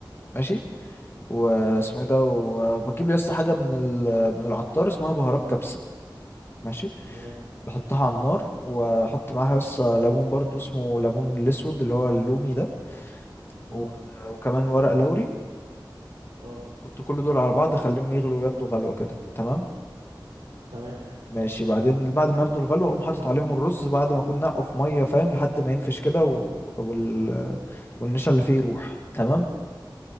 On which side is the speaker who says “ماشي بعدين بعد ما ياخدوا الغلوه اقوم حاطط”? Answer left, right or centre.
Left